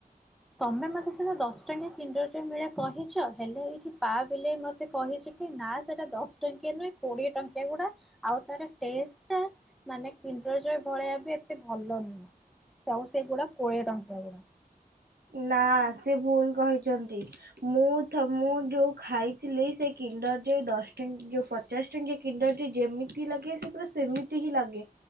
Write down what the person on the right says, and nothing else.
ନା ସେ ଭୁଲ କହିଚନ୍ତି। ମୁଁ ତ ମୁଁ ଯଉ ଖାଇଥିଲି ସେ କିଣ୍ଡର ଯୟ ଦଶ ଟ ଯୋଉ ପଚାଶ ଟଙ୍କିଆ କିଣ୍ଡର ଯେମିତି ଲାଗେ ସେ ପୁରା ସେମିତି ହିଁ ଲାଗେ।